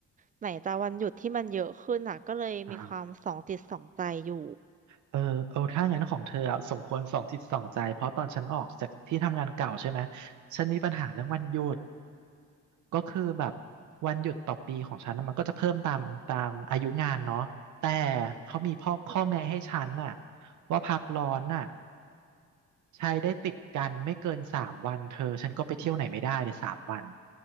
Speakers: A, on the right (about 25°); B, on the right (about 75°).
A: ไหนจะวันหยุดที่มันเยอะขึ้นอ่ะก็เลยมีความสองจิตสองใจอยู่
B: อ๋อ เออเออถ้างั้นของเธออะสมควรสองจิตสองใจเพราะตอนฉันออกจากที่ทำงานเก่าใช่ไหมฉันมีปัญหาเรื่องวันหยุด ก็คือแบบวันหยุดต่อปีของฉันน่ะมันก็จะเพิ่มตามตามอายุงานเนาะแต่เขามีพ่อข้อแม้ให้ฉันน่ะ
A: อืม
B: ว่าพักร้อนน่ะใช้ได้ติดกันไม่เกินสามวันเธอฉันก็ไปเที่ยวไหนไม่ได้เลยสามวัน